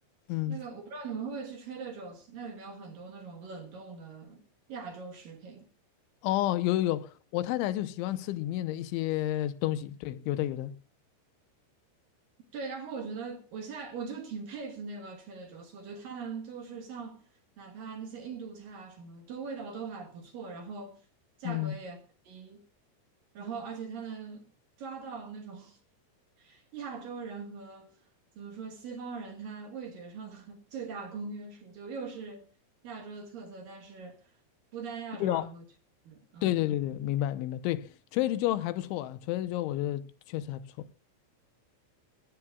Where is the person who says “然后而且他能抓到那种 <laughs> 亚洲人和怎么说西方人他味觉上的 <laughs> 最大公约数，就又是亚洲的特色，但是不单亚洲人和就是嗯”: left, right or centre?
Right